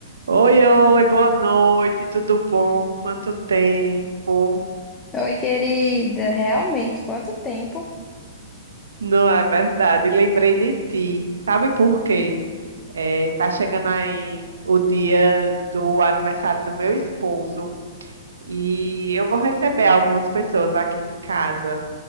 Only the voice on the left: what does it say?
Oi, querida. Realmente, quanto tempo?